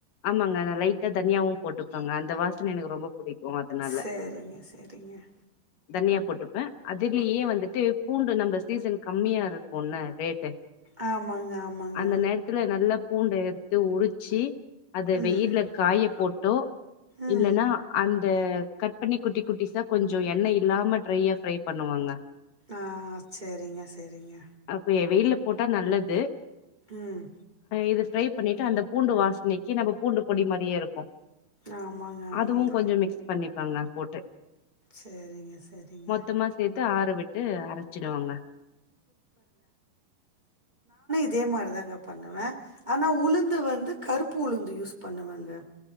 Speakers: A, on the left (about 70°); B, on the right (about 15°).
A: ஆமாங்க நா லைட்டா தனியாவு போட்டுபங்க அந்த வாசன எனக்கு ரொம்ப புடிக்கும் அதனால
B: சரிங்க சரிங்க
A: தனியா போட்டுப்ப அதிலியே வந்துட்டு பூண்டு நம்ம சீசன் கம்மியா இருக்கும்ல ரேட்டு
B: ஆ ஆமாங்க ஆமாங்க
A: அந் அந்த நேரத்துல நல்ல பூண்ட எடுத்து உரிச் சி அத
B: ம்
A: வெய்யில்ல
B: அது
A: காய
B: வெயில்ல
A: போட்டோ
B: ம்
A: இல்லன்னா அந்த கட் பண்ணி குட்டி குட்டிஸ்சா கொஞ்சோ எண்ணெய் இல்லாம கொஞ்சோ ட்ரையா ஃப்ரை பண்ணுவாங்க
B: ஆ சரிங்க சரிங்க
A: அப்ப வெயில்ல போட்டா நல்லது
B: ம்
A: இத ஃப்ரை பண்ணிட்டு அந்த பூண்டு வாசனைக்கு நம்ப பூண்டு போட் அப்டியே இருக்கும்
B: ஆமாங்க ஆமாங்க
A: அதுவும் கொஞ்சோ மிக்ஸ் பண்ணிப்பங்க போட்டு
B: சரிங்க சரிங்க
A: மொத்தமா சேத்து ஆறவிட்டு அரச்சிடுவங்க
B: அதே மாரிதாங்க பண்ணுவே ஆனா உளுந்து வந்து கருப்பு உளுந்து யூஸ் பண்ணுவேங்க